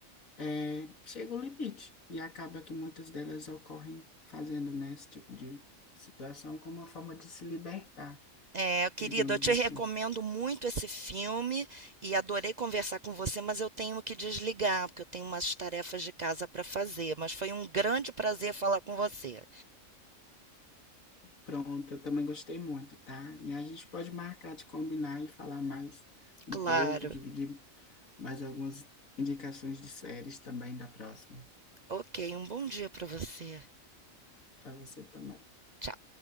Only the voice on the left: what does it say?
é, chega o limite. E acaba que muitas delas ocorrem fazendo, né, esse tipo de situação como uma forma de se libertar,
digamos
assim.
Pronto, eu também gostei muito, tá? E a gente pode marcar de combinar e falar mais um
pouco, dividir mais algumas indicações de séries também da próxima,
para você também.